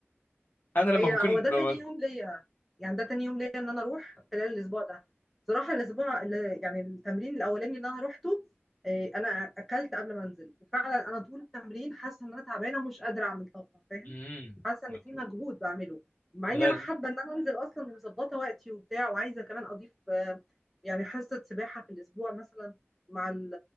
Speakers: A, on the left (about 45°); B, in the centre.
A: انا لما
B: هي
A: بكون
B: هو ده
A: بم...
B: تاني يوم ليا يعني ده تاني يوم ليا ان انا اروح خلال الاسبوع ده صراحه الاسبوع اللي يعني التمرين الاولاني اللي انا روحته إيه، انا اكلت قبل ما انزل وفعلا انا طول التمرين حاسه ان انا تعبانه ومش قادره اعمل طاقه فاهم
A: <coughs>
B: حاسه
A: <clears throat>
B: ان في مجهود بعمله مع
A: لا
B: اني انا حابه ان انا انزل اصلا ومظبطه وقتي وبتاع وعايزه كمان اضيف آه، يعني حصه سباحه في الاسبوع مثلا مع ال